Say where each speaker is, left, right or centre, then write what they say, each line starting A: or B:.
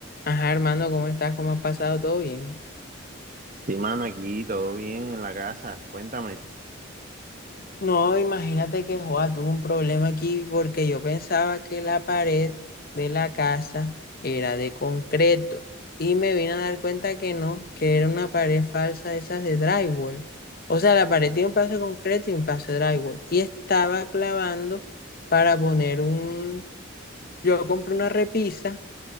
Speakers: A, on the left; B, on the right.
A: Ajá, Armando, ¿cómo estás? ¿Cómo has pasado? ¿Todo bien?
B: Sí, mano, aquí todo bien en la casa. Cuéntame.
A: No, imagínate que Joa tuvo un problema aquí porque yo pensaba que la pared de la casa era de concreto y me vine a dar cuenta que no, que era una pared falsa de esas de drywall. O sea, la pared tiene un paso de concreto y un paso de drywall y estaba clavando para poner un... Yo compré una repisa.